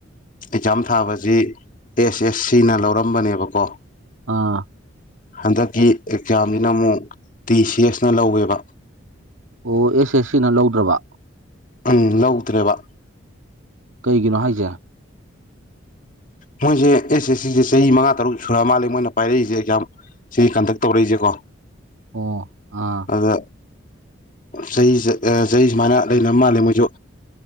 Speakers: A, on the left; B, on the right.
A: ꯑꯦꯛꯖꯥꯝ ꯊꯥꯕꯁꯤ ꯑꯦꯁ ꯑꯦꯁ ꯁꯤꯅ ꯂꯧꯔꯝꯕꯅꯦꯕꯀꯣ
B: ꯑꯥ
A: ꯍꯟꯗꯛꯀꯤ ꯑꯦꯛꯖꯥꯝꯁꯤꯅ ꯑꯃꯨꯛ ꯇꯤ ꯁꯤ ꯑꯦꯁꯅ ꯂꯧꯋꯦꯕ
B: ꯑꯣ ꯑꯦꯁ ꯑꯦꯁ ꯁꯤꯅ ꯂꯧꯗ꯭ꯔꯕ
A: ꯎꯝ ꯂꯧꯗ꯭ꯔꯦꯕ
B: ꯀꯩꯒꯤꯅꯣ ꯍꯥꯏꯁꯦ
A: ꯃꯣꯏꯁꯦ ꯑꯦꯁ ꯑꯦꯁ ꯁꯤꯁꯦ ꯆꯍꯤ ꯃꯉꯥ ꯇꯔꯨꯛ ꯁꯨꯔ ꯃꯥꯜꯂꯦ ꯃꯣꯏꯅ ꯄꯥꯏꯔꯛꯏꯁꯦ ꯑꯦꯛꯖꯥꯝ ꯁꯤꯒꯤ ꯀꯟꯇꯛ ꯇꯧꯔꯛꯏꯁꯦꯀꯣ
B: ꯑꯣ ꯑ
A: ꯑꯗ ꯆꯍꯤ ꯆꯍꯤ ꯁꯨꯃꯥꯏꯅ ꯂꯩꯅꯕ ꯃꯥꯜꯂꯦ ꯃꯣꯏꯁꯨ